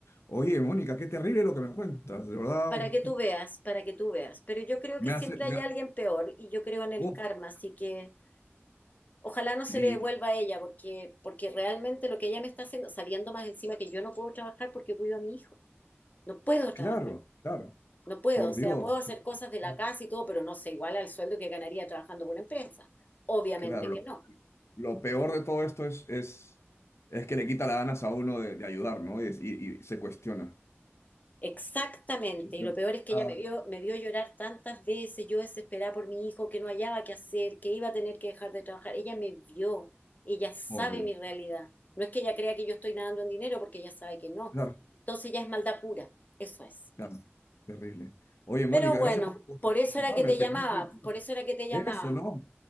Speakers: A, on the left (about 75°); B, on the left (about 35°).
A: Oye, Mónica, qué terrible lo que me cuentas. De verdad,
B: Para que tú veas, para que tú veas. Pero yo creo
A: me
B: que siempre
A: hace, me
B: hay
A: ha-
B: alguien peor y yo creo en el
A: uf,
B: karma, así que ojalá no se
A: y-
B: le devuelva a ella, porque, porque realmente lo que ella me está haciendo, sabiendo más encima que yo no puedo trabajar porque cuido a mi hijo. No puedo
A: Claro,
B: trabajar,
A: claro,
B: no puedo.
A: por
B: O sea,
A: Dios.
B: puedo
A: o
B: hacer
A: sea,
B: cosas
A: o
B: de
A: sea,
B: la casa y todo, pero no sé, igual al sueldo que ganaría trabajando por una empresa. Obviamente
A: claro,
B: que
A: lo,
B: no.
A: lo peor de todo esto es, es, es que le quita las ganas a uno de, de ayudar, ¿no? Y, y- y se cuestiona.
B: Exactamente.
A: Cuestiona.
B: Y lo peor es que
A: Ah,
B: ella me vio, me vio llorar tantas veces, yo desesperada por mi hijo, que no hallaba qué hacer, que iba a tener que dejar de trabajar. Ella me vio, ella sabe
A: por Dios.
B: mi realidad. No es que ella crea que yo estoy nadando en dinero, porque ella sabe que no.
A: Claro,
B: Entonces ya es maldad pura, eso es.
A: claro, terrible. Oye, Mónica,
B: Pero bueno,
A: gracias por, por
B: por eso
A: contarme.
B: era que te
A: Felizmente,
B: llamaba, por eso era que te llamaba.
A: eso, ¿no?